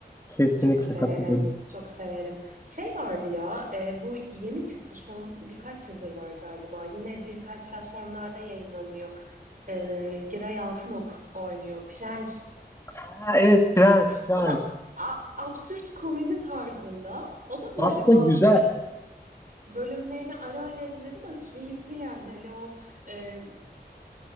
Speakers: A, on the left; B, on the right.
A: Kesinlikle
B: Çok severim.
A: katılıyorum.
B: Çok severim. Şey vardı ya e, bu yeni çıktı son birkaç yıldır var galiba. Yine dijital platformlarda yayınlanıyor. E, Giray Altınok oynuyor. Prens.
A: Ha, evet Prens Prens.
B: O da a- absürt komedi tarzında. O da böyle
A: Aslında
B: bazı
A: güzel.
B: bölümlerini ara ara izledim. Böyle keyifli yani. Hani o e,